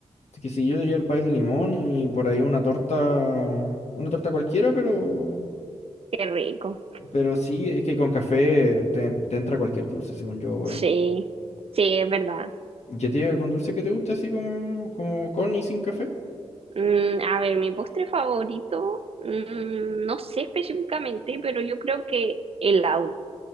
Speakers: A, on the left; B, on the right.
A: Así que sí, yo diría el país de limón y por ahí una torta, una torta cualquiera, pero,
B: qué rico.
A: pero sí, es que con café te, te entra cualquier dulce, según yo, weón.
B: Sí, sí, es verdad.
A: ¿Ya tiene algún dulce que te guste así como, como con y sin café?
B: Mm, a ver, mi postre favorito, mm, no sé específicamente, pero yo creo que helado.